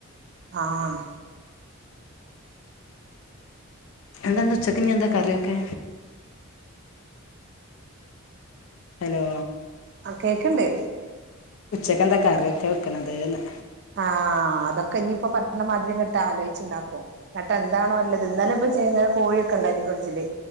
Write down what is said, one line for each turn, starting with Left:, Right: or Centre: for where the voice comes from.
Right: ആഹ്
Left: എന്താ ഇന്ന് ഉച്ചക്ക് ഇഞ് എന്താ കറിയൊക്കെ ഹലോ
Right: ആ കേക്ക്ണ്ട്
Left: ഉച്ചക്കെന്താ കറിയെക്ക വെക്ക്ണത് ന്ന്
Right: ആ അതൊക്ക ഇഞ്ഞിപ്പോ പറ്റ്ണ മാതിരി ഇങ്ങട്ട് ആലോയിച്ണ്ടാക്കും ഇന്നട്ട് എന്താണോ ഇള്ളത് ഇന്നലെ ഇപ്പ ചെർങ്ങനെ കോഴിയൊക്ക ഇണ്ടായിനി ഫ്രഡ്ജില്